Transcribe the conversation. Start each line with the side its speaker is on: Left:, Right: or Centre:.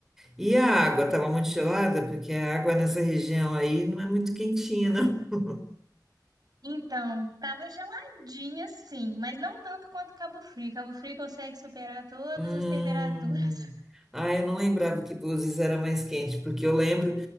Centre: E a água? estava muito gelada? Porque a água nessa região aí não é muito quentinha, não.
Right: Então, tava geladinha sim, mas não tanto quanto Cabo Frio. Cabo Frio consegue superar todas
Centre: Hum.
Right: as temperaturas.
Centre: Ah, eu não lembrava que Búzios era mais quente, porque eu lembro